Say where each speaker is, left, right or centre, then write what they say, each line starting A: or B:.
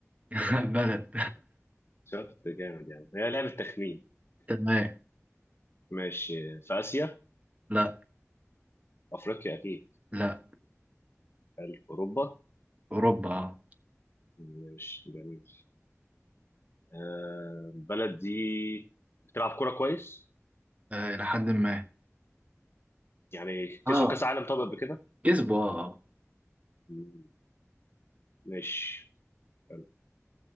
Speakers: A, on the right; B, on the left.
A: <laughs> بلد
B: شفت جامد يعني هي لعبه تخمين
A: <laughs> تمام
B: ماشي في آسيا
A: لا
B: أفريقيا أكيد
A: لا
B: حلو أوروبا
A: اوروبا اه
B: ماشي جميل آه البلد دي بتلعب كورة كويس
A: آه، الى حد ما
B: يعني
A: اه
B: كسبوا كأس عالم طب قبل كده
A: كسبوا اه آه.
B: مم، ماشي حلو.